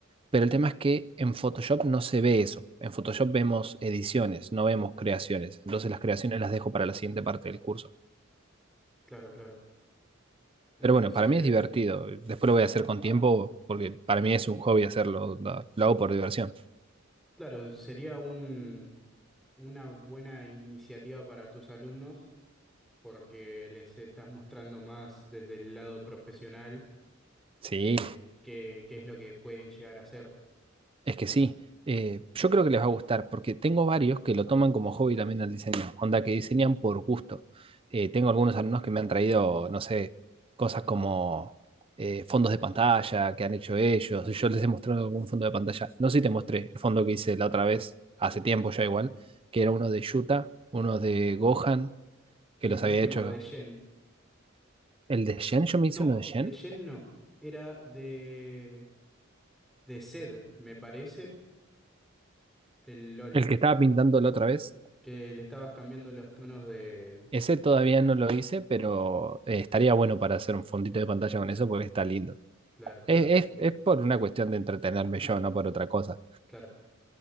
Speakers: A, on the right; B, in the centre.
A: pero el tema es que en Photoshop no se ve eso. En Photoshop vemos ediciones, no vemos creaciones. Entonces las creaciones las dejo para la siguiente parte del curso.
B: claro, claro. Entonces,
A: Pero bueno, para mí es divertido. Después lo voy a hacer con tiempo porque para mí es un hobby hacerlo. da- Lo hago por diversión.
B: claro, sería un, una buena iniciativa para tus alumnos porque les estás mostrando más desde el lado profesional
A: Sí,
B: eh, qué, qué es lo que pueden llegar a hacer.
A: es que
B: Onda.
A: sí. Eh, yo creo que les va a gustar porque tengo varios que lo toman como hobby también al diseño. Onda que diseñan por gusto. Eh, tengo algunos alumnos que me han traído, no sé, cosas como eh, fondos de pantalla que han hecho ellos. Yo les
B: Mm.
A: he mostrado algún fondo de pantalla. No sé si te mostré el fondo que hice la otra vez, hace tiempo ya igual, que era uno de Yuta, uno de Gohan, que
B: Y
A: los
B: el último
A: había hecho
B: de Shen.
A: El de Shen, yo me
B: No,
A: hice uno de Shen.
B: de Shen no. Era de, de Zed, me parece, del LOL.
A: El que estaba pintando la otra vez.
B: Que le estabas cambiando los tonos de...
A: Ese todavía no lo hice, pero eh, estaría bueno para hacer un fondito de pantalla con eso porque está lindo.
B: Claro, está...
A: Es,
B: mm,
A: es- es por una cuestión de entretenerme yo, no por otra cosa.
B: Claro.